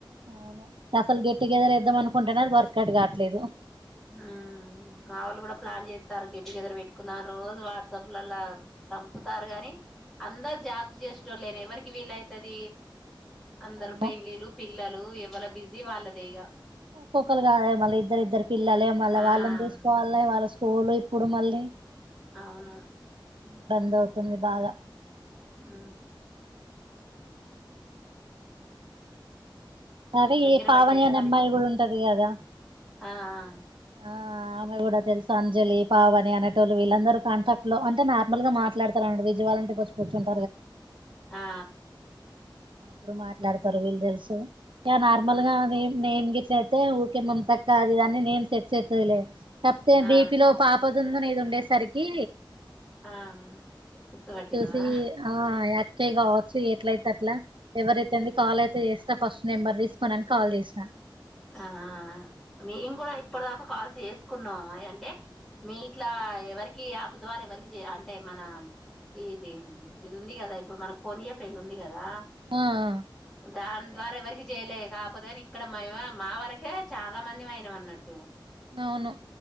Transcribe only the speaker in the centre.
ఊ మా వాళ్ళు కూడా ప్లాన్ చేస్తారు గెట్టుగెదర్ పెట్టుకున్న రోజు వాట్సాప్ లలా చంపుతారు గాని అందరు జాబ్ చేసెటోళ్ళే ఎవరికి వీలైతది అందరు
పెండ్లిలు పిల్లలు ఎవల బిజీ వాళ్ళదేగ
ఆ
అవును
ఊ
దగ్గర
పడ్డాయా
మరి
ఆ ఆ
ఆ ఆ
ఆ
ఆ ఆ
ఆ గుర్తుపట్టినవా
ఆ మేము కూడా ఇప్పటిదాకా కాల్స్ చేసు కున్నాం అంటే మీ ఇట్లా ఎవరికి యాప్ ద్వారా ఎవరికి చే అంటే మన ఇది ఇది ఉంది కదా ఇప్పుడు మనకు ఫోన్ ఇయ్యే ఫ్రెండ్ ఉంది కదా
దాని ద్వారా ఎవరికి చేయలే కాకపోతే కాని ఇక్కడ మే మా వరకే చాలా మంది మైనం అన్నట్టు